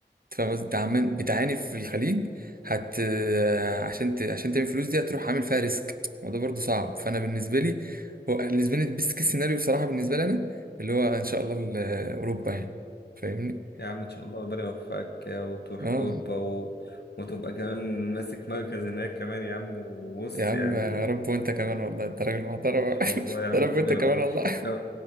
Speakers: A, on the right (about 55°); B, on the left (about 70°).
A: فاهم قصدي؟ انت عمال بتعاني في الخليج هت آه، عشان ت... عشان تعمل فلوس دي هتروح عامل فيها ريسك الموضوع برضو صعب فانا بالنسبه لي هو بالنسبه لي البيست كيس سيناريو بصراحه بالنسبه لي انا اللي هو ان شاء الله ال- آه، اوروبا يعني فاهمني
B: يا عم ان شاء الله ربنا يوفقك وتروح
A: اه
B: اوروبا و... وتبقى كمان ماسك مركز هناك كمان يا عم وبص
A: يا عم
B: يعني
A: يا رب وانت كمان
B: ان
A: والله انت راجل محترم
B: شاء الله
A: <laughs>
B: يا عم
A: يا رب
B: كلنا
A: انت كمان
B: والله
A: والله
B: وكمان